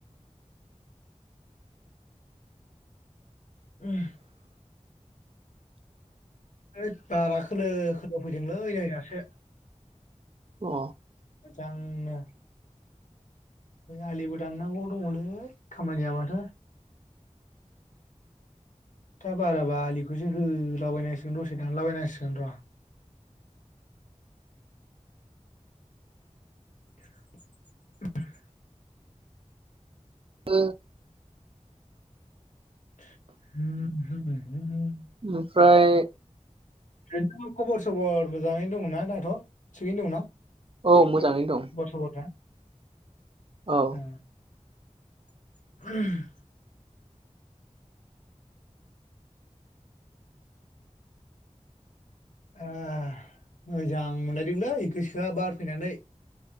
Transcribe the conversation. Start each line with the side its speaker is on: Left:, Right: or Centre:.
Left: उम है बारा खोलो खोलो फैदोंलै नै दासो
Right: अ
Left: मोजांनो नै आलिबो दाननांगौ दङलै खामानिया माथो दा बाराबा आलिखौसो होलाबायनांसिगोन दसे दानलाबायनांसिगोन र। <inaudible>
Right: ओ
Left: <unintelligible>
Right: ओमफ्राय
Left: बेरनो खबर सबर मोजाङैनो दंना दाथ थिगैनो दंना?
Right: औ मोजाङै दं।
Left: खबर सबरफ्रा
Right: औ
Left: ओं <inaudible> ए मोजां मोनलायदोंलै गोसोआ बार फैनानै।